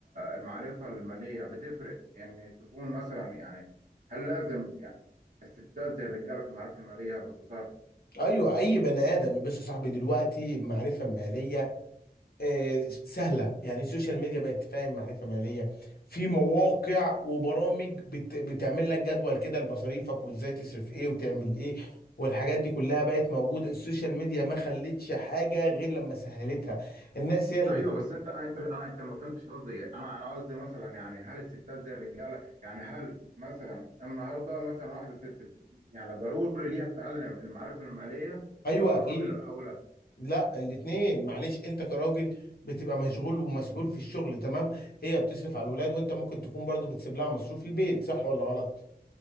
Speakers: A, on the right (about 50°); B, on the left (about 70°).
A: المعرفه الماليه بتفرق ان تكون مثلا يعني هل لازم يعني الستات زي الرجاله في المعرفه الماليه باختصار
B: أيوه أي بني آدم بس يا صاحبي دلوقتي معرفة مالية آه سهلة يعني السوشيال ميديا بقت تفهم معرفة مالية في مواقع وبرامج بت بتعمل لك جدول كده لمصاريفك وإزاي تصرف إيه وتعمل إيه والحاجات دي كلها بقت موجودة السوشيال ميديا ما خلتش حاجة غير لما سهلتها الناس هي اللي
A: ايوه
B: بتحطها
A: بس انت انت انا انت ما فهمتش قصدي إيه. انا انا قصدي مثلا يعني هل الستات زي الرجاله يعني هل مثلا النهارده مثلا واحده ست تت- يعني ضروري ليها تتعلم المعرفه الماليه
B: أيوه
A: ولا
B: أكيد
A: الراجل الاولى
B: لا الاتنين معلش انت كراجل بتبقى مشغول ومسؤول في الشغل تمام هي بتصرف على الولاد وانت ممكن تكون برضو بتسيب لها مصروف البيت صح ولا غلط